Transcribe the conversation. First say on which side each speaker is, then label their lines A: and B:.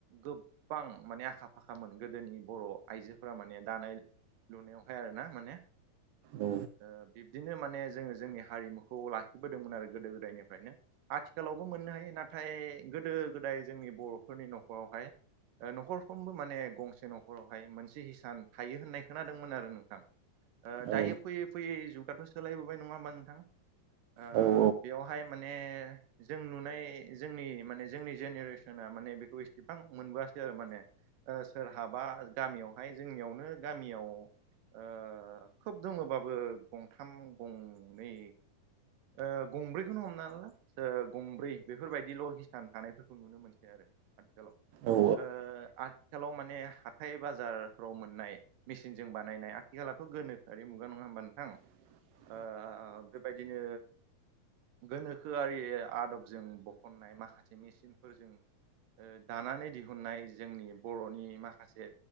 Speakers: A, on the right; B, on the right.
A: गोबां माने आखा फाखामोन गोदोनि बर' आइजो फोरा माने दानाय लुनायावहाय आरो ना माने
B: औ
A: ओ बिब्दिनो माने जोङो जोंनि हारिमुखौ लाखिबोदोंमोन आरो गोदो गोदायनिफ्रायनो आथिखालावबो मोननो हायो नाथाय गोदो गोदाय जोंनि बर'फोरनि न'खरावहाय न'खरफ्रोमबो माने गंसे न'खरावहाय मोनसे हिसान थायो होननाय खोनादोंमोन आरो नोंथां
B: औ
A: दायो फैयै फैयै जुगाथ' सोलायबोबाय नङा होमा नोंथां ओ
B: औ औ
A: बेवहाय माने जों नुनाय जोंनि माने जोंनि जेनेरेसना माने बेखौ इसेबां मोनबोआ सै आरो माने सोरहाबा गामियावहाय जोंनियावनो गामियाव ओ खोब दङोबाबो गंथाम गंनै ओ गंब्रैखौनो हमना ला गंब्रै बेफोरबायदिल' हिसान थानायफोरखौ नुनो मोनसै आरो आथि- ओ
B: औ
A: आ थिखालाव माने हाथाय बाजारफ्राव मोननाय मेसिनजों बानायनाय आथिखाललाथ' गोनोखोआरि मुगा नङा होमबा नोंथां
B: <inaudible>
A: ओ बेबायदिनो गोनोखोआरि आदबजों बखननाय माखासे मेसिनफोरजों। ओ दानानै दिहुननाय जोंनि बर'नि माखासे